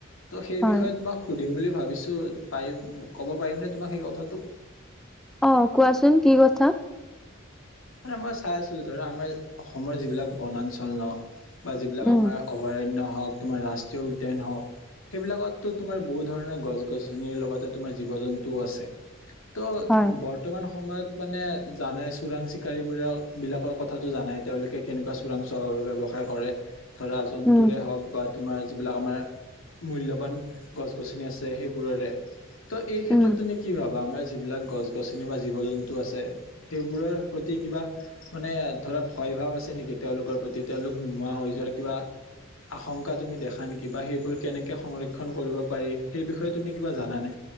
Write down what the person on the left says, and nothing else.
ত' সেই
বিষয়ে তোমাক সুধিম বুলি ভাবিছোঁ। পাৰিম ক'ব পাৰিমনে তোমাক সেই কথাটো?
মানে মই চাই আছিলোঁ ধৰা আমাৰ অসমৰ যিবিলাক বনাঞ্চল ন'। বা যিবিলাক
আমাৰ অভয়াৰণ্য হওঁক তোমাৰ ৰাষ্ট্ৰীয় উদ্যান হওঁক। সেইবিলাকতো তোমাৰ বহুত ধৰণৰ গছ, গছনিৰ লগতে তোমাৰ জীৱ, জন্তুয়ো আছে। ত'
বৰ্তমান সময়ত মানে জানাই চোৰাং চি চিকাৰী বোৰৰ বিলাকৰ কথাটো জানাই তেওঁলোকে কেনেকুৱা চোৰাং <unintelligible> ব্যৱসায় কৰে ধৰা জন্তুৰে
হওক বা তোমাৰ যোন বিলাক আমাৰ মূল্যৱান গছ গছনি আছে সেইবোৰৰে। ত' এই ক্ষেত্ৰত
তুমি কি ভাবা আমাৰ যিবিলাক গছ-গছনি বা জীৱ জন্তু আছে সেইবোৰৰ প্ৰতি কিবা মানে ধৰা ভয় ভাৱ আছে নেকি তেওঁলোকৰ প্ৰতি তেওঁলোক নোহোৱা হৈ যোৱা কিবা আশংকা তুমি দেখা নেকি বা সেইবোৰ কেনেকে সংৰক্ষণ কৰিব পাৰি সেই বিষয়ে তুমি কিবা জানানে?